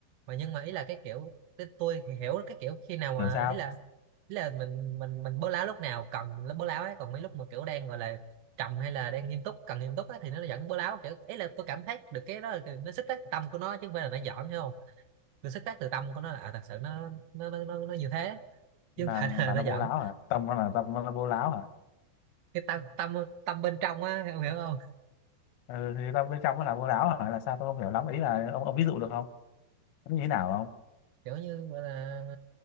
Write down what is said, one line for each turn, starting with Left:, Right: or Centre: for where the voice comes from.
Right: mà nhưng mà ý là cái kiểu cái tôi thì hiểu cái kiểu khi nào mà
Left: kiểu sao
Right: ý là ý là mình mình mình bố láo lúc nào cần bố láo ấy còn mấy lúc mà kiểu đang gọi là trầm hay là đang nghiêm túc cần nghiêm túc ấy, thì nó vẫn bố láo kiểu ý là tôi cảm thấy được cái đó là cái- nó sức tác tâm của nó chứ không phải là nó giỡn hiểu không tôi xuất phát từ tâm của nó là à, thật sự nó nó nó nó, nó như thế chứ
Left: là
Right: không phải là
Left: là
Right: <laughs>
Left: nó
Right: nó giận
Left: bố láo hả tâm nó là tâm nó là bố láo hả
Right: cái tâm tâm tâm bên trong á em hiểu không
Left: ừ, thì tâm bên trong nó là bố láo hả là sao tôi không hiểu lắm ý là ông ông ví dụ được không nó như thế nào không
Right: kiểu như gọi là